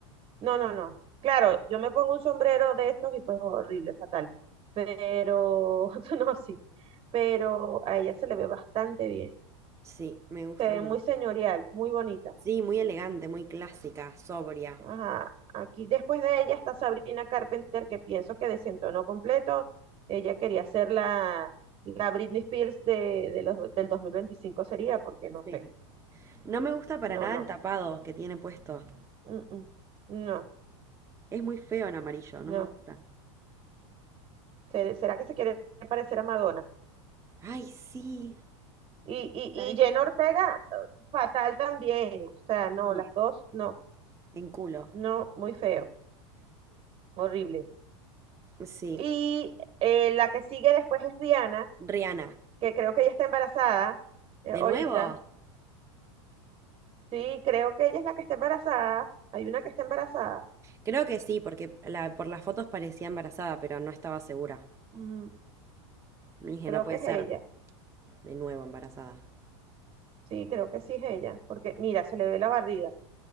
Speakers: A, on the right (about 35°); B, on the right (about 15°).
A: No, no, no. Claro, yo me pongo un sombrero de estos y pues horrible, fatal. Pero, <laughs> no, sí, pero a ella se le ve bastante bien.
B: Sí, me gusta,
A: Se ve
B: me
A: muy
B: gusta.
A: señorial, muy bonita.
B: Sí, muy elegante, muy clásica, sobria.
A: Ajá, aquí después de ella está Sabrina Carpenter, que pienso que desentonó completo. Ella quería ser la, la Britney Spears de, de los, del 2025 sería, porque no sé.
B: Sí. No me gusta para
A: No,
B: nada
A: no.
B: el tapado que tiene puesto.
A: Mm, mm. No,
B: Es muy feo en amarillo, no
A: no.
B: me gusta.
A: ¿Será será que se quiere parecer a Madonna?
B: Ay, sí.
A: Y, y,
B: ¿Sabés
A: y Jenna
B: qué?
A: Ortega, eh, fatal también. O sea, no,
B: Sí.
A: las dos, no.
B: En culo.
A: No, muy feo, horrible.
B: Sí.
A: Y eh, la que sigue después es Rihanna,
B: Rihanna.
A: que creo que ella está embarazada eh,
B: ¿De
A: ahorita.
B: nuevo?
A: Sí, creo que ella es la que está embarazada. Hay una que está embarazada.
B: Creo que sí, porque la- por las fotos parecía embarazada, pero no estaba segura.
A: Mm,
B: Le dije,
A: creo
B: no puede
A: que es
B: ser.
A: ella.
B: De nuevo embarazada.
A: Sí, creo que sí es ella. Porque mira, se le ve la barriga.